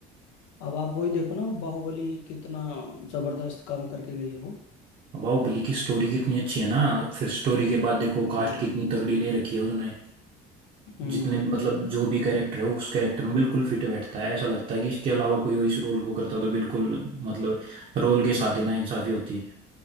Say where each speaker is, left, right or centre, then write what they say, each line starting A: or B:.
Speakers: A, on the left; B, on the right.
A: अब आप वही देखो ना बाहुबली कितना जबरदस्त काम करके गई है वो
B: बाहुबली की स्टोरी कितनी अच्छी है ना फिर स्टोरी के बाद देखो
A: हम्म
B: कास्ट कितनी तगड़ी ले रखी है उसने
A: हम्म
B: जितने मतलब जो भी कैरेक्टर है वो उस कैरेक्टर में बिल्कुल फिट बैठता है ऐसा लगता है कि इसके अलावा कोई और इस रोल को करता तो बिल्कुल मतलब रोल के साथ ही ना इंसाफी होती